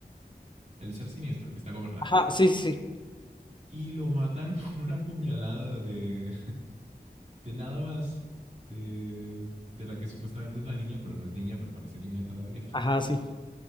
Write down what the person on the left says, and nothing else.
Ajá, sí, sí, sí.
Ajá, sí.